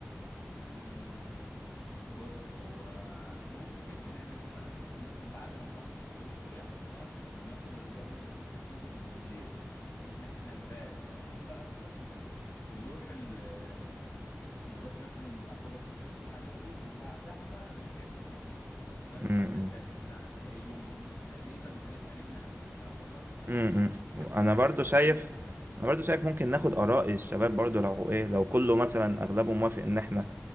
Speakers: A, on the left; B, on the right.
A: مم. بص هو ممكن نعمل ايه بقى ممكن مثلا بعد ما نخلص اليوم في اليخت فاهم ن- ناخد اللي هو ايه اليوم في الفندق من بالليل بحيث ان احنا نبات نقوم بقى الصبح نروح ال نروح مثلا الاكوا بارك اللي انت بتقول عليها دي وبعدها بقى نقوم جايين مروحين على طول فاهم
B: امم
A: يبقى احنا كده كأننا قعدنا ايه يوم ونص تقريبا وهنبقى نمنا قبل الاكوا بارك فايه
B: امم
A: هتبقى
B: انا برضو
A: مقبولة
B: شايف
A: شوية
B: انا برضو شايف ممكن ناخد اراء الشباب برضو لو ايه لو كله مثلا اغلبه موافق ان احنا